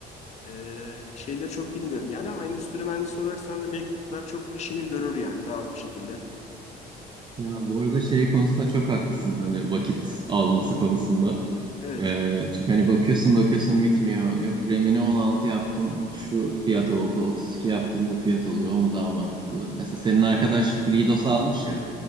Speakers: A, on the left; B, on the right.
A: E, şeyleri çok bilmiyorum yani ama endüstri mühendisi olarak sana da MacBook'lar çok işini görür yani rahat bir şekilde.
B: Ya bu arada şey konusunda çok haklısın hani vakit alması konusunda.
A: Evet,
B: Ee, çünkü hani bakıyorsun bakıyorsun bitmiyor. Yok RAM'ini 16 yaptım şu fiyat oldu. 32 yaptım bu fiyat oluyor. O mu daha mantıklı? Mesela senin arkadaş
A: evet,
B: FreeDOS almış ya.